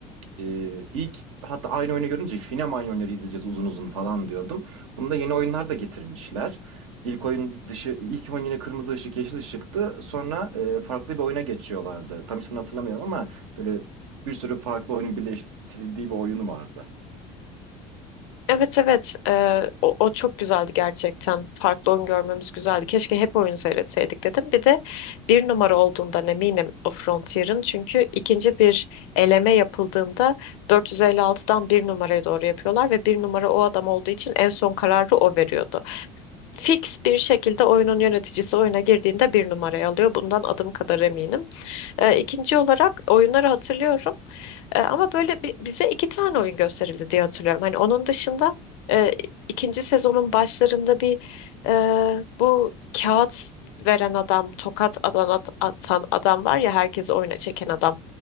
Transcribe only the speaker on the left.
Evet evet Ee, o, o çok güzeldi gerçekten. Farklı oyun görmemiz güzeldi. Keşke hep oyun seyretseydik dedim. Bir de bir numara olduğundan eminim o Frontier'ın. Çünkü ikinci bir eleme yapıldığında 456'dan bir numaraya doğru yapıyorlar ve bir numara o adam olduğu için en son kararı o veriyordu. Fix bir şekilde oyunun yöneticisi oyuna girdiğinde bir numarayı alıyor. Bundan adım kadar eminim. E, ikinci olarak oyunları hatırlıyorum. E, ama böyle bi- bize iki tane oyun gösterildi diye hatırlıyorum. Hani onun dışında e, ikinci sezonun başlarında bir e, bu kağıt veren adam, tokat atan, atan adam var ya herkes oyuna çeken adam.